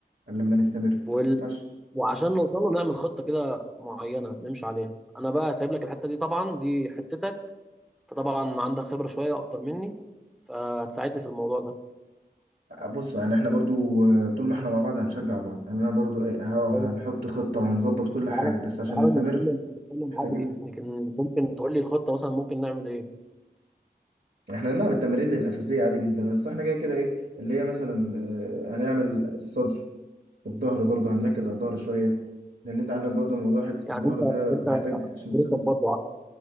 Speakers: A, on the right; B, in the centre.
A: لما نستمر ما
B: وال...
A: ينفعش
B: وعشان نوصل له نعمل خطه كده معينه نمشي عليها انا بقى سايب لك الحته دي طبعا دي حتتك فطبعا عندك خبره شويه اكتر مني فهتساعدني في الموضوع ده
A: بص يعني احنا برضو آه، طول ما احنا مع بعض هنشجع بعض يعني انا برضو ايه اهو
B: طيب،
A: هنحط خطة وهنظبط كل حاجة
B: تعالى
A: بس عشان
B: تعالى
A: نستمر
B: نتكلم نتكلم
A: محتاجين
B: عادي ممكن ممكن تقول لي الخطه مثلا ممكن نعمل ايه
A: احنا هنلعب التمارين الأساسية عادي جدا بس احنا كده كده ايه اللي هي مثلا آه، هنعمل الصدر الظهر برضو هنركز على الظهر شوية لأن أنت عندك برضو موضوع حتة
B: يعني
A: الظهر
B: انت
A: ده
B: انت
A: محتاج عشان
B: تدرسك
A: تصيب
B: برضه